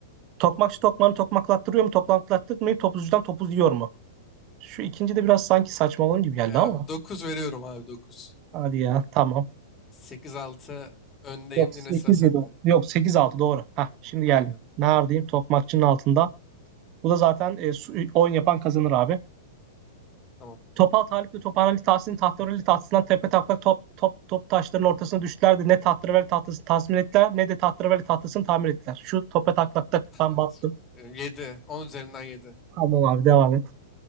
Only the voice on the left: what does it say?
Yani
9 veriyorum abi 9.
8-6 öndeyim
yine sıra sende.
Aynen.
Tamam.
<laughs>
Evet.
yedi 10 üzerinden yedi